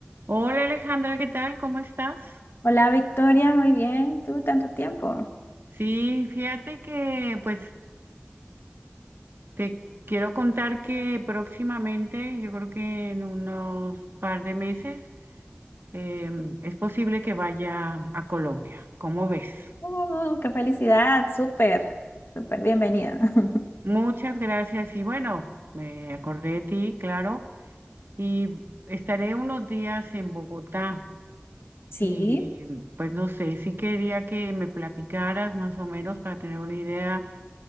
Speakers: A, on the right; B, on the left.
A: Hola Alejandra, ¿qué tal? ¿Cómo estás?
B: Hola Victoria, muy bien. ¿Tú tanto tiempo?
A: Sí, fíjate que pues te quiero contar que próximamente, yo creo que en unos par de meses, em, es posible que vaya a Colombia. ¿Cómo ves?
B: Oh, qué felicidad, súper, súper bienvenida. <laughs>
A: Muchas gracias y bueno, me acordé de ti, claro, y estaré unos días en Bogotá y
B: Sí,
A: pues no sé, sí quería que me platicaras más o menos para tener una idea